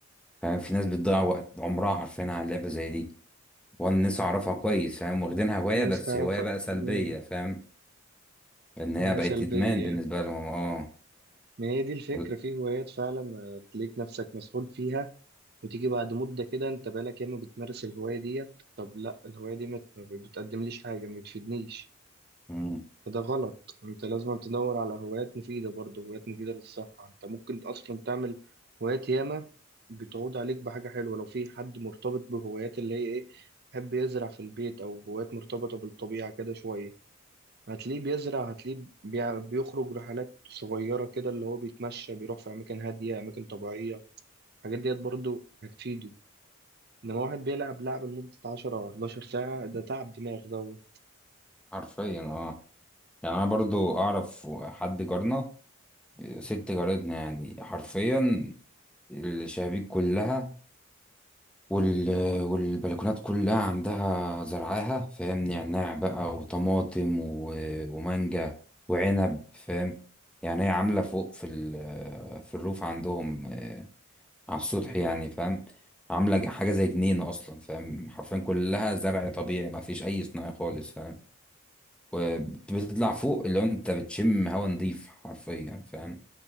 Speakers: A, in the centre; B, on the right.
A: فاهم في ناس بتضيع وقت عمرها حرفيا على لعبة زي دي وأنا ناس أعرفها كويس فاهم واخدينها هواية
B: الناس
A: بس
B: تعرف
A: هواية بقى سلبية
B: مم.
A: فاهم إن هي
B: هواية
A: بقت
B: سلبية
A: إدمان بالنسبة لهم أه
B: ما هي دي الفكرة
A: فاهم
B: في هوايات فعلا آه، تلاقيك نفسك مسحول فيها وتيجي بعد مدة كده انت بقالك ياما بتمارس الهواية ديت طب لا الهواية دي ما ما بتقدمليش حاجة ما بتفيدنيش
A: مم.
B: فده غلط انت لازم تدور على هوايات مفيدة برضه هوايات مفيدة للصحة انت ممكن اصلا تعمل هوايات ياما بتعود عليك بحاجة حلوة لو في حد مرتبط بهوايات اللي هي ايه يحب يزرع في البيت او هوايات مرتبطة بالطبيعة كده شوية هتلاقيه بيزرع هتلاقيه بيع- بيخرج رحلات صغيرة كده اللي هو بيتمشى بيروح في أماكن هادية أماكن طبيعية الحاجات ديت برضو هتفيده إنما واحد بيلعب لعبة لمدة عشرة أو حداشر ساعة ده تعب دماغ دوت
A: حرفيا اه يعني انا برضو اعرف حد جارنا ست جارتنا يعني حرفيا الشبابيك كلها وال... والبلكونات كلها عندها زرعاها فاهم نعناع بقى وطماطم و... ومانجا وعنب فاهم يعني هي عاملة فوق في ال... في الروف عندهم آه، على السطح يعني فاهم عاملة حاجة زي جنينة أصلا فاهم حرفيا كلها زرع طبيعي ما فيش أي صناعي خالص فاهم وبتطلع فوق اللي هو انت بتشم هوا نضيف حرفيا يعني فاهم